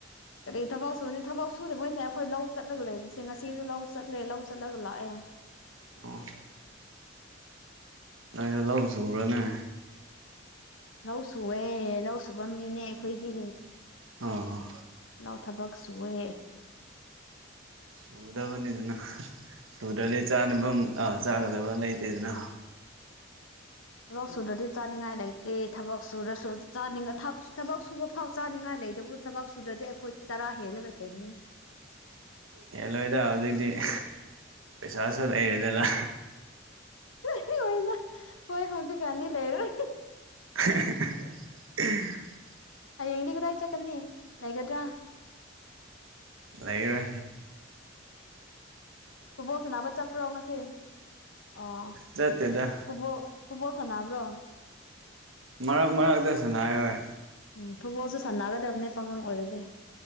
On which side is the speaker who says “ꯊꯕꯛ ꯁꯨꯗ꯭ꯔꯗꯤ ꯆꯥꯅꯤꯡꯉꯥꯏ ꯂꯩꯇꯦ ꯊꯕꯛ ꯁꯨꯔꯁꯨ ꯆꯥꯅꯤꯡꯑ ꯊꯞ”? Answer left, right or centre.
Left